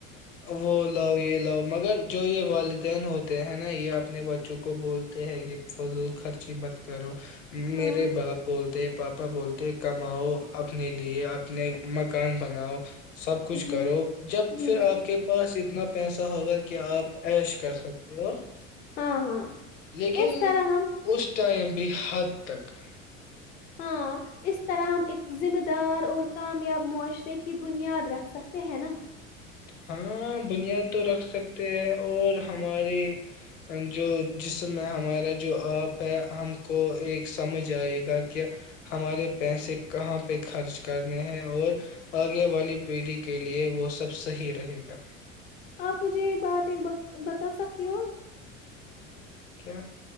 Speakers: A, on the left; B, on the left.
A: وہ لاو یہ لو مگر جو یہ والدین ہوتے ہیں نا یہ اپنے بچوں کو بولتے ہیں کہ فضول خرچی مت کرو <unintelligible> میرے
B: ہاں
A: باپ بولتے <unintelligible> پاپا بولتے ہیں کماؤ اپنے لیے اپنے مکان بناؤ <unintelligible> سب کچھ کرو
B: جی
A: جب
B: جی
A: پھر
B: جی
A: آپ کے پاس اتنا پیسہ ہوگا کہ آپ ایش کر سکتے <unintelligible> ا <unintelligible>
B: ہاں ہاں
A: لیکن
B: اس طرح ہم
A: اس ٹائم بھی ہر <unintelligible> پ تک <unintelligible>
B: ہاں اس طرح ہم ایک ذمہ دار اور کامیاب معاشرے کی بنیاد رکھ سکتے ہیں نا
A: ہاں بنیاد تو رکھ سکتے ہیں اور ہمارے جو جسم میں ہمارا جو آپ ہے ہم کو ایک سمجھ آئے گا کہ ہمارے پیسے کہاں پہ خرچ کرنے ہیں اور آگے والی پیڑھی کے لیے وہ سب صحیح رہے گا <unintelligible>
B: آپ مجھے یہ بات ایک ب بتا سکتی ہو
A: کیا